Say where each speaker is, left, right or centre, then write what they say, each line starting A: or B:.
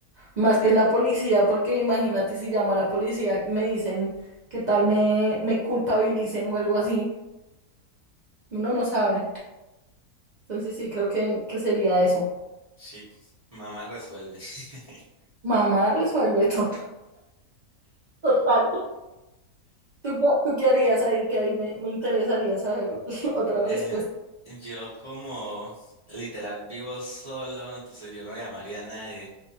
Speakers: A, on the right; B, on the right.
A: más que en la policía, porque imagínate si llamo a la policía, me dicen que tal me, me culpabilicen o algo así, uno no sabe. Entonces sí, creo que, que sería eso.
B: shit, mamá resuelve. <laughs>
A: Mamá resuelve todo. <laughs> Total. ¿Tú, qué- tú qué harías ahí? Que ahí me, me interesaría saber <laughs> otra
B: Eh,
A: respuesta.
B: yo como literal vivo solo, entonces yo no llamaría a nadie.